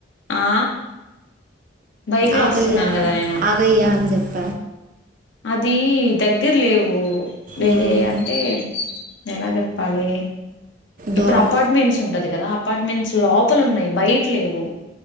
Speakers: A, on the left; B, on the right.
A: ఆ బైక్ లో
B: ఆగయ్యా
A: వస్తున్నాను కదా నేను
B: ఆగయ్యా అని చెప్ప
A: అది దగ్గర లేవు వేరే
B: మ్మ్,
A: అంటే ఎలా చెప్పాలి
B: దూరం
A: ఇప్పుడు అపార్ట్మెంట్స్ ఉంటది కదా అపార్ట్మెంట్స్ లోపల ఉన్నాయి బయట లేవు